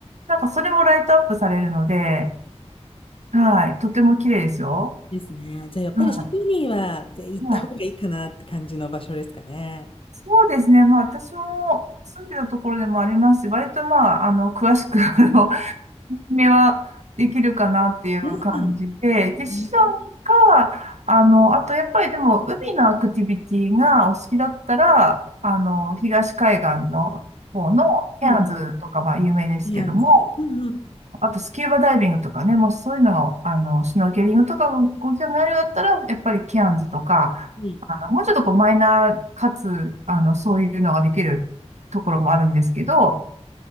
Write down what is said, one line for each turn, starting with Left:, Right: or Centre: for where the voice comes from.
Right: なんかそれもライトアップされるので、はい。とても綺麗ですよ。
Left: ですね。じゃあ、やっぱりシドニーはえ行った方がいいかなって感じの場所ですかね。
Right: はい。はい。そうですね。まあ私も住んでたところでもありますし、割とまあ、あの、詳しく、あの、めはできるかなっていう感じで、
Left: うん、
Right: で、シドニーか、
Left: うん、
Right: あの、あとやっぱりでも海のアクティビティがお好きだったら、あの、東海岸の方のケアンズとかは有名ですけども、
Left: うん、ケアンズ。うんうんうん。
Right: あとスキューバダイビングとかね、もうそういうのをあの、シュノーケリングとかごご興味あるようだったら、やっぱりケアンズとか、
Left: うん
Right: あの、もうちょっとこうマイナーかつ、あの、そういうのができるところもあるんですけど、